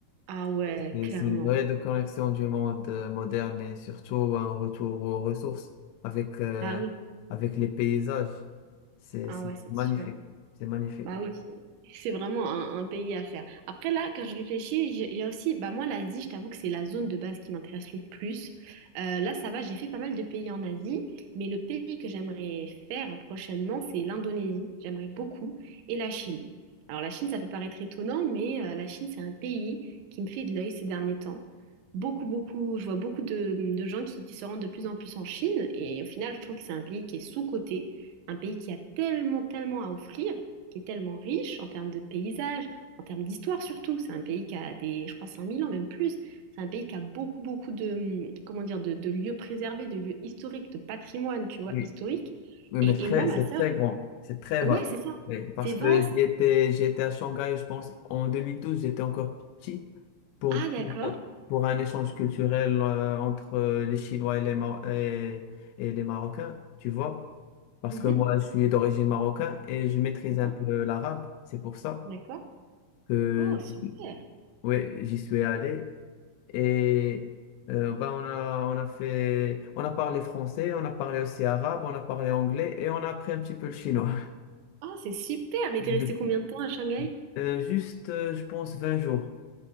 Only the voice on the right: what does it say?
Ah ouais,
clairement.
Ah oui.
Ah
ouais, c'est
sûr.
Bah oui, c'est c'est vraiment un, un pays à faire. Après, là, quand je réfléchis, j'ai- il y a aussi, bah moi, l'Asie, je t'avoue que c'est la zone de base qui m'intéresse le plus. Euh, là, ça va, j'ai fait pas mal de pays en Asie, mais le pays que j'aimerais faire prochainement, c'est l'Indonésie. J'aimerais beaucoup. Et la Chine. Alors, la Chine, ça peut paraître étonnant, mais euh, la Chine, c'est un pays qui me fait de l'œil ces derniers temps. Beaucoup, beaucoup, je vois beaucoup de, de gens qui, qui se rendent de plus en plus en Chine, et au final, je trouve que c'est un pays qui est sous-coté, un pays qui a tellement, tellement à offrir qui est tellement riche en termes de paysages, en termes d'histoire surtout. C'est un pays qui a des, je crois, 5000 ans, même plus. C'est un pays qui a beaucoup, beaucoup de, hum, comment dire, de, de lieux préservés, de lieux historiques, de patrimoine, tu vois,
historique.
Et,
et moi, ma
sœur,
ouais,
c'est ça.
C'est
vaste.
Ah, d'accord.
Mhm.
D'accord.
D'accord.
Oh, super.
Oh, c'est super. Mais t'es
restée combien de temps à Shanghai?